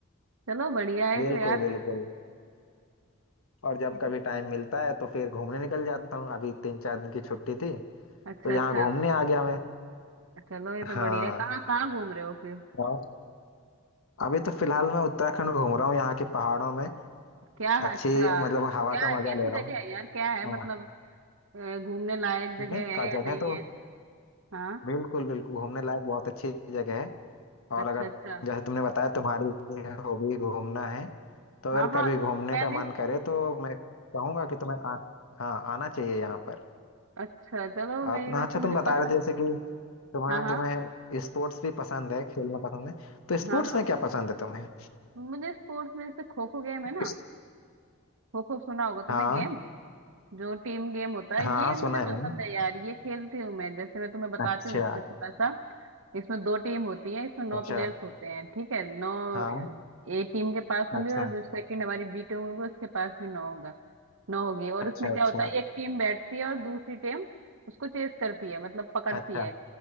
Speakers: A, on the right; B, on the left.
A: चलो बढ़िया है
B: बिल्कुल
A: तो यार
B: बिल्कुल और जब
A: ये तो
B: कभी टाइम मिलता है तो फिर घूमने निकल जाता हूँ अभी तीन चार दिन की छुट्टी थी
A: अच्छा
B: तो यहाँ
A: अच्छा
B: घूमने आ गया मैं
A: चलो ये तो
B: हाँ
A: बढ़िया है कहाँ कहाँ घूम रहे हो फिर
B: और अभी तो फिलहाल मैं उत्तराखंड घूम रहा हूँ यहाँ के पहाड़ों में
A: क्या
B: अच्छी
A: अच्छा क्या
B: मतलब हवा का
A: है
B: मजा
A: कैसी
B: ले रहा
A: जगह
B: हूँ
A: है यार क्या है मतलब
B: हाँ
A: अ, घूमने लायक जगह
B: नहीं
A: है
B: का
A: या
B: जगह
A: नहीं
B: तो
A: है हाँ
B: बिल्कुल बिल्कुल घूमने लायक बहुत अच्छी जगह है
A: अच्छा
B: और अगर
A: अच्छा
B: जैसे तुमने बताया तुम्हारी हॉबी घूमना है तो अगर
A: हाँ हाँ
B: कभी घूमने
A: मैं
B: का
A: भी
B: मन करे तो मैं कहूंगा कि तुम्हें आ, हाँ आना चाहिए यहाँ पर
A: अच्छा चलो
B: और-
A: मेरी वैसे
B: अच्छा
A: मुझे
B: तुम बता
A: पसंद
B: रहे थे जैसे कि तुम्हें
A: हाँ हाँ
B: तुम्हें स्पोर्ट्स भी पसंद है खेलना पसंद है तो
A: हाँ
B: स्पोर्ट्स
A: हाँ
B: में क्या पसंद है तुम्हें
A: मुझे स्पोर्ट्स में जैसे खो खो गेम है ना
B: इस-
A: खो खो सुना होगा तुमने
B: हाँ
A: गेम जो टीम गेम होता है
B: हाँ
A: ये
B: हाँ सुना
A: मुझे
B: है मैंने
A: पसंद है यार ये खेलती हूँ मैं जैसे मैं तुम्हें बताती
B: अच्छा
A: हूँ इसका थोड़ा सा इसमें दो टीम होती है इसमें नौ
B: अच्छा
A: प्लेयर्स होते हैं ठीक है नौ
B: हाँ
A: ए टीम के पास होंगे
B: अच्छा
A: और जो सेकंड हमारी बी टीम होगी उसके पास भी नौ होगा ना होगी और
B: अच्छा
A: उसमें क्या
B: अच्छा
A: होता है एक टीम बैठती है और दूसरी टीम उसको चेस करती है मतलब पकड़ती
B: अच्छा
A: है